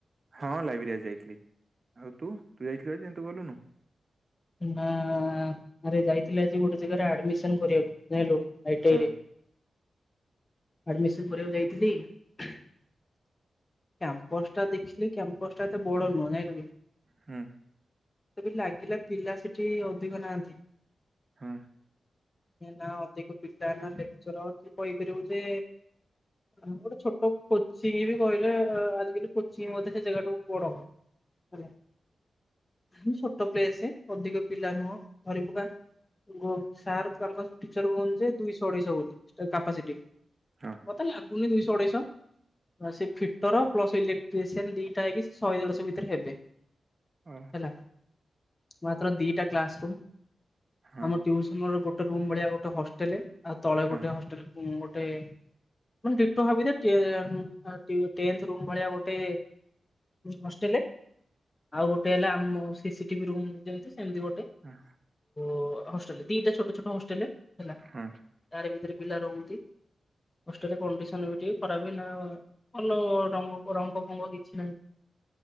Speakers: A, on the right (about 40°); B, on the left (about 30°).
A: ହଁ ଲାଇବ୍ରେରୀରେ ଯାଇଥିଲି ଆଉ ତୁ ତୁ ଯାଇଥିଲୁ ଆଜି ଆଁତୁ ଗଲୁନୁ।
B: ନା ଆରେ ଯାଇଥିଲି ଆଜି ଗୋଟେ ଜାଗାରେ ଆଡମିସନ କରିବାକୁ। ଜାଣିଲୁ ଆଇଟିଆଇ
A: ହଁ
B: ରେ। ଆଡମିସନ କରିବାକୁ ଯାଇଥିଲି। କ୍ୟମ୍ପସ ଟା ଦେଖିଲି କ୍ୟମ୍ପସ ଟା ଏତେ ବଡ ନୁହଁ ଜାଇଁଲୁ କି?
A: ହୁଁ।
B: ମତେ ବି ଲାଗିଲା ପିଲା ସେଠି ଅଧିକ ନାହାନ୍ତି।
A: ହଁ।
B: ନା ଅଧିକ ପିଟା ନା ଲେକ୍ଚର ଅଛି କହିପାରିବୁ ଯେ ଉଁ ଗୋଟେ ଛୋଟ କୋଚିଂ ବି କହିଲେ ଆଜିକାଲି କୋଚିଂ ମଧ୍ୟ ସେ ଜାଗାଠୁ ବଡ ହବ। ହେଲୋ ଛୋଟ ପ୍ଲେସେ ଅଧିକ ପିଲା ନୁହଁ ଧରିପକା। ଗୋ ସାର୍ ତାଙ୍କ ଟିଚର କୁ କହନ୍ତି ଯେ ଦୁଇଶହ ଅଢେଇଶହ ବୋଲି କାପାସିଟି।
A: ହଁ
B: ମତେ ଲାଗୁନି ଦୁଇଶହ ଅଢ଼େଇଶ। ସେ ଫିଟର ପ୍ଲସ ଇଲେକ୍ଟ୍ରିସିଆନ ଦିଇଟା ହେଇକି ସେ ଶହେ ଦେଢଶହ ଭିତରେ ହେବେ।
A: ଓ।
B: ହେଲା। ମାତ୍ର ଦିଇଟା କ୍ଲାସ ରୁମ୍
A: ହଁ
B: ଆମ ଟିଉସନ ର ଗୋଟେ ରୁମ୍ ଭଳିଆ ଗୋଟେ ହଷ୍ଟେଲ। ଆଉ ତଳେ
A: ହଁ
B: ଗୋଟେ ହଷ୍ଟେଲ ଉଁ ଗୋ ଟେ ମାନେ ଡିଟୋ ଭାବିଦେ ଟେନ୍-ଟି-ଟେନ୍ଥ ରୁମ୍ ଭଳିଆ ଗୋଟେ ହଷ୍ଟେଲ ଆଉ ଗୋଟେ ହେଲା ଆମ ସିସିଟିଭି ରୁମ୍ ଯେମିତି ସେମିତି ଗୋ
A: ଉଁ।
B: ଓ ହଷ୍ଟେଲ ଦିଇଟା ଛୋଟଛୋଟ ହଷ୍ଟେଲେ ହେଲା
A: ହଁ।
B: ତାରି ଭିତରେ ପିଲା ରହୁନ୍ତି। ହଷ୍ଟେଲ କଣ୍ଡିସନ ବି ଟିକେ ଖରାପ ନା ଭଲ ରଙ୍ଗ ରଙ୍ଗ ଫଙ୍ଗ କିଛିନାହିଁ।